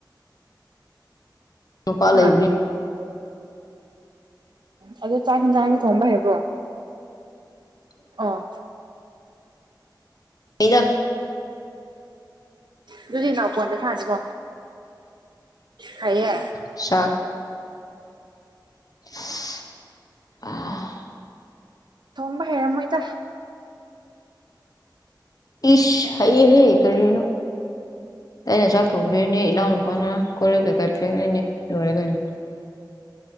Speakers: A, on the left; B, on the right.
A: ꯅꯨꯄꯥ ꯂꯩꯕꯅꯤ
B: ꯍꯥ ꯎꯝ ꯑꯗꯣ ꯆꯥꯛ ꯌꯦꯟꯁꯥꯡꯁꯊꯣꯡꯕ ꯍꯥꯏꯕ꯭ꯔꯣ ꯑꯥ
A: ꯍꯗ
B: ꯑꯗꯨꯗꯤ ꯏꯅꯥꯎꯄꯣꯟꯗ ꯊꯥꯁꯤꯕꯣ ꯍꯥꯏꯌꯦ
A: ꯁꯥ <unintelligible>
B: ꯊꯣꯡꯕ ꯍꯩꯔꯝꯃꯣꯏꯗ
A: ꯏꯁ ꯍꯌꯦ ꯍꯩ ꯀꯔꯤꯅꯣ ꯑꯩꯅ ꯆꯥꯛ ꯊꯣꯛꯕꯤꯔꯅꯤ ꯑꯤꯅꯣꯏ ꯅꯨꯄꯟ ꯀꯣꯏ ꯂꯤꯛ ꯀꯦꯀ ꯐꯤꯦꯡꯅꯅꯤ ꯂꯣꯏꯔꯦ ꯀꯩꯅꯣ